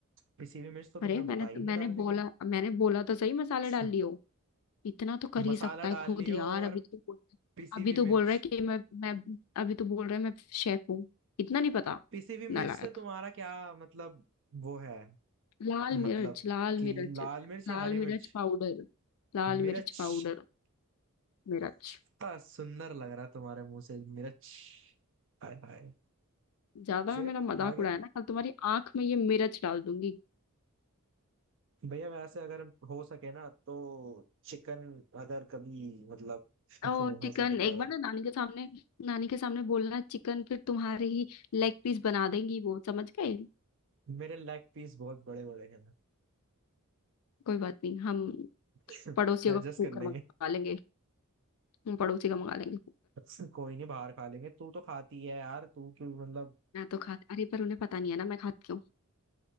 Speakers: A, on the right; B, on the left.
A: पिसी हुई मिर्च तो तुमने
B: अरे मैंने
A: बताई
B: तो,
A: नहीं
B: मैंने
A: डालने
B: बोला
A: के
B: मैंने बोला तो सही मसाले डाल
A: लिए
B: लियो इतना तो कर
A: <laughs>
B: ही
A: मसाला
B: सकता है
A: डाल
B: खुद
A: लियो
B: यार
A: और
B: अभी तो बोल
A: पिसी
B: अभी
A: हुई
B: तो बोल
A: मिर्च
B: रहा है कि मैं मैं अभी तो बोल रहा है मैं शेफ हूँ इतना नहीं पता
A: पिसी हुई
B: नालायक
A: मिर्च से तुम्हारा क्या मतलब वो है
B: लाल
A: मतलब
B: मिर्च लाल
A: कि
B: मिर्च
A: लाल मिर्च या
B: लाल
A: हरी मिर्च
B: मिर्च पाउडर लाल
A: मिर्च
B: मिर्च पाउडर मिर्च
A: इतना सुंदर लग रहा है तुम्हारे मुंह से मिर्च हाय हाय
B: ज्यादा
A: फिर
B: मेरा मजाक
A: आगे
B: उड़ाया ना कल तुम्हारी आंख में ये मिर्च डाल दूंगी
A: भैया वैसे अगर हो सके ना तो चिकन अगर कभी मतलब <laughs>
B: और
A: हो
B: चिकन
A: सके
B: एक
A: तो
B: बार ना नानी के सामने नानी के सामने बोलना चिकन फिर तुम्हारे ही लेग पीस बना देंगी वो समझ गए
A: मेरे लेग पीस बहुत बड़े बड़े हैं
B: कोई बात नहीं हम
A: <laughs>
B: पड़ोसियों
A: एडजस्ट
B: का कुकर
A: कर लेंगे
B: मंगा लेंगे हम पड़ोसी का मंगा लेंगे
A: <laughs> कोई नहीं बाहर खा लेंगे तू तो खाती है यार तू क्यों मतलब
B: मैं तो खाती अरे पर उन्हें पता नहीं है ना मैं खाती क्यों